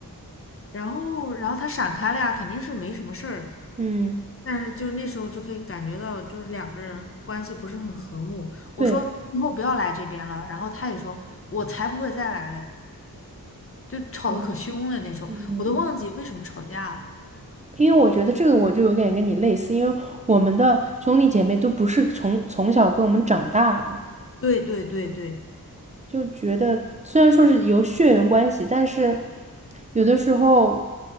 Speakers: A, on the left; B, on the right.
A: 然后然后她闪开了呀，肯定是没什么事儿，
B: 嗯，
A: 但是就那时候就可以感觉到，就是两个人关系不是很和睦。我说你以后不要来这边了，
B: 对。
A: 然后她也说我才不会再来嘞，就吵得可凶了，
B: 嗯。
A: 那时候我都忘记为什么吵架了。
B: 嗯，因为我觉得这个我就有点跟你类似，因为我们的兄弟姐妹都不是从从小跟我们长大的，
A: 对对对对。
B: 就觉得虽然说是由血缘关系，但是有的时候